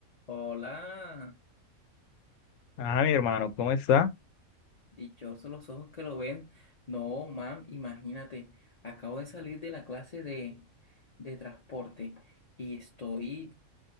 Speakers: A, on the left; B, on the left.
A: Hola,
B: Ah, mi hermano, ¿cómo está?
A: dichosos los ojos que lo ven. No, mam, imagínate, acabo de salir de la clase de, de transporte y estoy